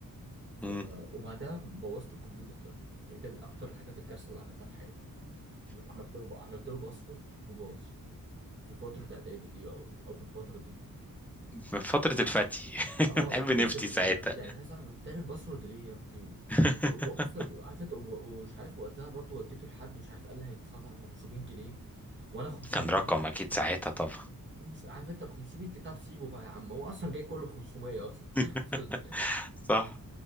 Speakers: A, on the right; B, in the centre.
A: ف...
B: مم.
A: وبعدها بوظت الكمبيوتر ده يعني ده من اكتر الحاجات الكارثه اللي عملتها في حياتي عملت له عملت له باسورد وباظ في فترة إعدادي دي أو أو في الفترة دي
B: من فتره الفتي <laughs>
A: اه
B: بحب
A: فترة
B: نفتي
A: ال...
B: ساعتها
A: لا، يعني عايز أعرف بتعمل باسورد ليه يا ابني و...
B: <laughs>
A: و... وأصلا عارف أنت و- ومش عارف وقتها برضو وديته لحد مش عارف قال لي هيتصلح ب 500 جنيه وأنا 500
B: كان رقم
A: جنيه
B: اكيد ساعتها طبعا
A: خمس... عارف أنت ال 500 جنيه طب سيبه بقى يا عم هو أصلا جاي كله ب 500 أصلا
B: <laughs>
A: <laughs> فال...
B: صح